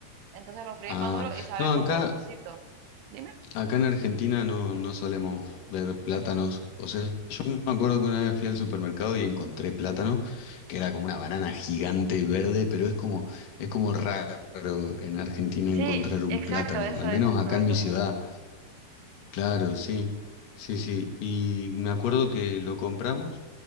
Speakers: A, on the right; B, on the left.
A: Entonces lo fríes
B: Ah,
A: maduro y sabe
B: no, acá,
A: como dulcito. Dime.
B: acá en Argentina no, no solemos ver plátanos. O sea, yo me acuerdo que una vez fui al supermercado y encontré plátano, que era como una banana gigante verde, pero es como, es como raro en Argentina
A: Sí,
B: encontrar un
A: exacto,
B: plátano.
A: eso
B: Al
A: es
B: menos
A: el
B: acá
A: plátano.
B: en mi ciudad. Claro, sí, sí, sí. Y me acuerdo que lo compramos